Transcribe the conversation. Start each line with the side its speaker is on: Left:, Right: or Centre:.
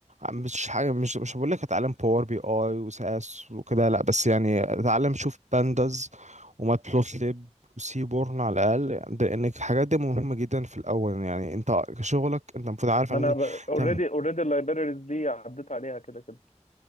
Right: مش حاجه مش مش هقول لك اتعلم باور بي اي وسي اس وكده لا بس يعني اتعلم شوف بانداز وماتبلوتليب وسيبورن على الاقل يعني ده- لان الحاجات دي مهمه جدا في الاول يعني انت شغلك انت المفروض عارف
Left: ما
Right: ان
Left: انا اوريدي
Right: تمام
Left: اوريدي اللايبريز دي عديت عليها كده كده